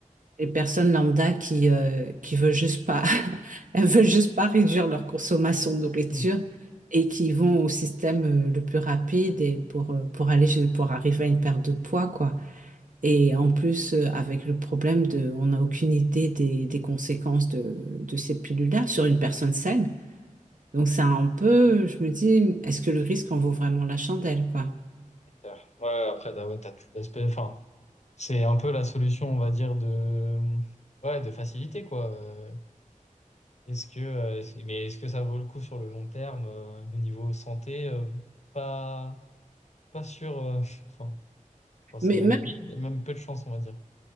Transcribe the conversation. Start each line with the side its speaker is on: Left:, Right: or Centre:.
Right: des personnes lambda qui, euh, qui veulent juste pas, <laughs> elles veulent juste pas réduire leur consommation de nourriture
Left: Mm.
Right: et qui vont au système euh, le plus rapide et pour, euh, pour aller, pour arriver à une perte de poids, quoi. Et en plus, euh, avec le problème de, on n'a aucune idée des, des conséquences de, de ces pilules-là sur une personne saine. Donc, c'est un peu, je me dis, est-ce que le risque en vaut vraiment la chandelle, quoi?
Left: Clair. Ouais, après, t'as ouais, t'as tout l'aspect. Enfin, C'est un peu la solution, on va dire, de, ouais, de facilité, quoi. Euh, Est-ce que, euh, c'est- mais est-ce que ça vaut le coup sur le long terme, euh, au niveau santé? euh, pas, pas sûr. euh, <laughs> enfin, enfin, c'est
Right: Mais
Left: même,
Right: même,
Left: il y a même peu de chance, on va dire.